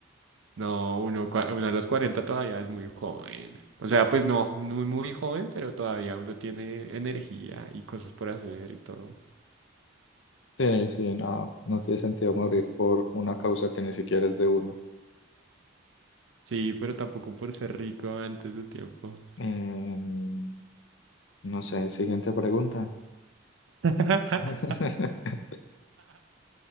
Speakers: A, on the right; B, on the left.
A: No, uno, cua- uno a los 40 todavía es muy joven. O sea, pues no, muy, muy joven, pero todavía uno tiene energía y cosas por hacer y todo.
B: Sí, sí, no, no tiene sentido morir por una causa que ni siquiera es de uno.
A: Sí, pero tampoco por ser rico antes de tiempo.
B: Em, no sé, siguiente pregunta.
A: <laughs>
B: <laughs>